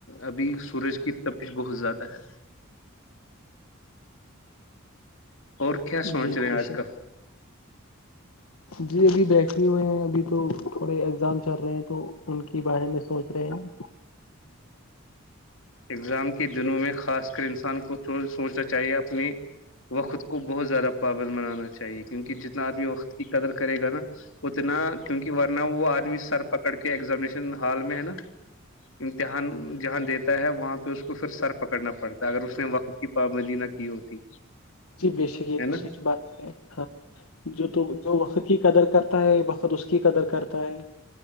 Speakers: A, on the left; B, on the left.
A: ابھی سورج کی تفیش بہت زیادہ ہے اور کیا سوچ
B: جی
A: رہے
B: بی
A: ہیں آج
B: سر
A: کل
B: جی ابھی بیٹھے ہوئے ہیں ابھی تو تھوڑے ایگزام چل رہے ہیں تو ان کے بارے میں سوچ رہے ہیں
A: اگزام کی دنوں میں خاص کر انسان کو سوچنا چاہیے اپنی وخود کو بہت زیادہ پابند بنانا چاہیے کیونک ج آدمی وقت کی قدر کرے گا نا اتنا کیونکہ ورنہ وہ آ سر پکڑ کے ایگزامینشن ہال میں ہے نا امتحان جہاں دیتے تا ہے وہاں پہ اس کو پھر سر پکڑنا پڑتا ہے اگر اس نے وقت کی پابندی نہ کی ہوتی
B: بے شک یہ
A: ہے
B: تو
A: نا
B: س ب ہاں جو تو جو وقت کی قدر کرتا ہے وقت اس کی قدر کرتا ہے